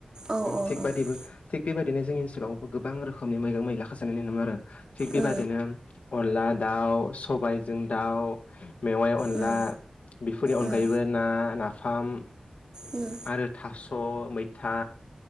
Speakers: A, on the right; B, on the left.
A: ओ ओ
B: थिग
A: ओ
B: बिबायदि
A: औ
B: थिग बेबायदिनो जोंनि ओनसोलावबो गोबां रोखोमनि मैगं मैला खासानायनाय नुनो मोनो आरो थिग बेबायदिनो
A: औ उम
B: अनला दाउ सबाय। जों दाउ मेवाइ अनला
A: उम
B: बेफोरनि अनगायैबो
A: उम
B: ना नाफाम।
A: ओम।
B: आरो थास' मै था